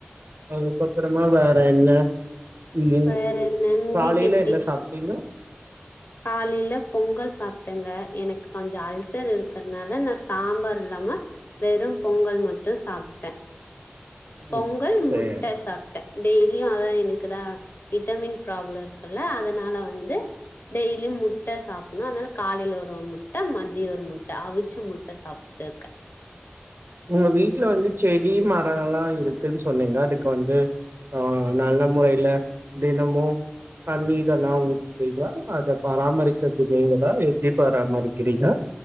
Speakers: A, on the right; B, on the left.
A: அதுக்கப்புறமா வே ற என்ன நீங்க
B: வேற என்ன உங்களுக்கு
A: காலைல
B: எப்படி
A: என்ன சாப்ட்டீங்க
B: காலையில பொங்கல் சாப்டேங்க எனக்கு கொஞ்ச அல்சர் இருக்க றனால நா சாம்பார் இல்லாம வெறும் பொங்கல் மட்டு சாப்ட்டே
A: ம்
B: பொங்கல்
A: சேரி
B: முட்டை சாப்ட்டே டெய்லியு அதான் எனக்குதா விட்டமின் ப்ராப்ளோ இருக்குல்ல அதனால வந்து டெய்லியு முட்டை சாப்டணு அதனால காலைல ஒரு முட்டை மதியோ ஒரு முட்டை அவிச்ச முட்டை சாப்ட்டு இருக்கே
A: உங்க வீட்ல வந்து செடி மரோ எல்லா இருக்குன்னு சொன்னீங்க அது க்கு வந்து ஆஹ் நல்ல முறையில தினமு தண்ணீர் எல்லா ஊத்துறீங்களா அத பராமரிக்கிறது நீீங்களா எப்டி பராமரிக்கிறீங்க